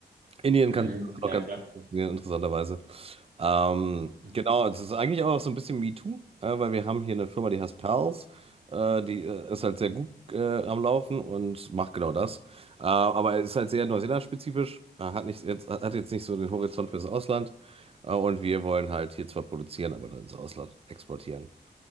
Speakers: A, on the right (about 30°); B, on the right (about 55°).
A: Indien kann
B: Mhm.
A: das auch
B: Ja,
A: ganz
B: klar.
A: gut funktionieren, interessanterweise. Ähm,
B: Mhm.
A: genau, es ist eigentlich auch so ein bisschen MeToo, äh, weil wir haben hier eine Firma, die heißt Pals. Äh, die äh, ist halt sehr gut äh, am Laufen und macht genau das. Äh, aber ist halt sehr Neuseeland-spezifisch, äh, hat nicht, jetzt, hat jetzt nicht so den Horizont fürs Ausland. Äh, und wir wollen halt hier zwar produzieren, aber dann ins Ausland exportieren.